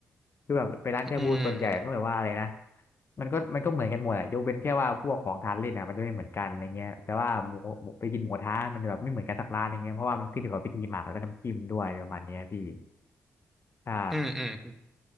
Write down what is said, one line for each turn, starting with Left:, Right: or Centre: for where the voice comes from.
Left: คือแบบไปร้านชาบูส่วนใหญ่ก็แบบว่าอะไรนะ
Centre: อืม
Left: มันก็มันก็เหมือนกันหมดอ่ะยกเว้นแค่ว่าพวกของทานเล่นอ่ะมันจะไม่เหมือนกันอะไรเงี้ยแต่ว่าหมูหมูไปกินหมูกระทะมันจะแบบไม่เหมือนกันสักร้านอะไรเงี้ยเพราะว่ามันขึ้นอยู่กับพิธีหมักแล้วก็น้ำจิ้มด้วยประมาณเนี้ยพี่ใช่
Centre: อืมอืม